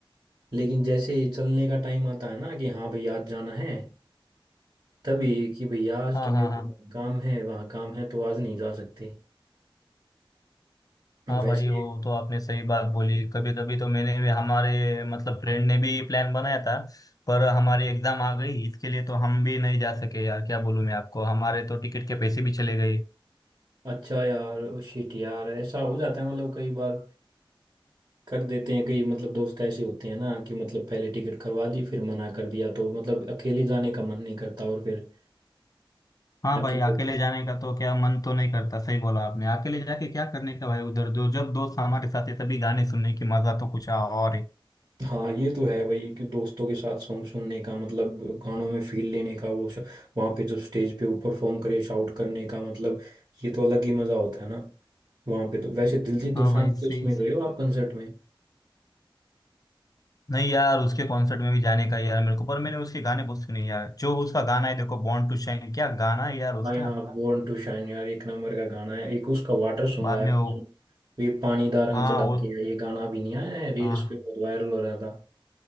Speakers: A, on the right; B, on the left.
A: लेकिन जैसे ही चलने का टाइम आता है ना कि हाँ भाई आज जाना है तभी कि भैया आज
B: हाँ
A: तो मेरे
B: हाँ हाँ
A: को काम है वहाँ काम है तो आज नहीं जा सकते
B: हाँ
A: वैसे
B: भाई वो तो आपने सही बात बोली कभी कभी तो मैंने भी हमारे मतलब फ्रेंड ने भी प्लान बनाया था पर हमारी एग्जाम आ गई इसके लिए तो हम भी नहीं जा सके यार क्या बोलूँ मैं आपको हमारे तो टिकट के पैसे भी चले गए
A: अच्छा यार शिट यार ऐसा हो जाता है मतलब कई बार कर देते हैं कई मतलब दोस्त ऐसे होते हैं ना कि मतलब पहले टिकट करवा दी फिर मना कर दिया तो मतलब अकेले जाने का मन नहीं करता और फिर
B: हाँ
A: अकेले
B: भाई अकेले जाने का तो क्या मन तो नहीं करता सही बोला आपने अकेले जाके क्या करने का भाई उधर जो जब दोस्त हमारे साथ है तभी गाने सुनने की मजा तो कुछ और है
A: हाँ ये तो है भाई कि दोस्तों के साथ सॉन्ग सुनने का मतलब गानों में फील लेने का वो श- वहाँ पे जब स्टेज पे वो परफॉर्म करे शाउट करने का मतलब ये तो अलग ही मजा होता है ना वहाँ पे तो वैसे दिलजीत दोसांझ
B: हाँ भाई सही
A: के उसमें गए हो आप कंसर्ट में
B: नहीं यार उसके कॉन्सर्ट में भी जाने का यार मेरे को पर मैंने उसके गाने बहुत सुने यार जो उसका गाना है देखो बॉर्न टू शाइन क्या गाना है यार उसका
A: आई आप बोर्न टू शाइन यार एक नंबर का गाना है एक उसका वाटर सॉन्ग
B: बाद
A: आया
B: में
A: पानी-
B: वो
A: वे पानी दा रंग
B: हाँ
A: चढ़ा
B: वो
A: के आया, ये गाना भी नहीं आया है रील्स
B: हाँ
A: पे बहुत वायरल हो रहा था